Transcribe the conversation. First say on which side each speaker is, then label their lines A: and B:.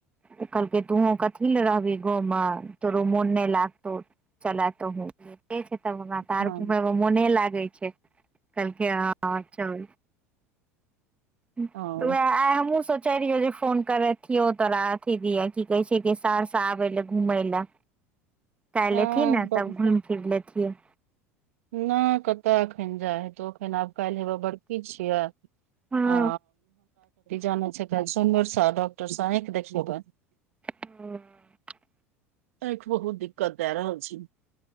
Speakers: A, on the right; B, on the right.
A: तऽ कहलकै तु कथी लए रहबही गाँव मे तोरो मोन नहि लाग त चला तु हूँ तब हमरा तऽ आर
B: हँ
A: घुम मे मोने लागै छै कहलकै हँ चल तऽ
B: हँ
A: उएह आइ हमहूँ सोचैत रहियै जे फोन करैत कहतियो तोरा अथी दियै की कहै छै सहरसा आबे ल घूमै ल काइल
B: हँ,
A: एथिने तब घूमि फिर लेतिय
B: नहि कतय एखन जाइ हे तू एखन आब काल्हि हेवे बड़खी छियै
A: हँ
B: आ जानै छै फे सोनबरसा डॉक्टर स आँखि देखियेबनि
A: ह
B: आँखि बहुत दिक्कत दए रहल छै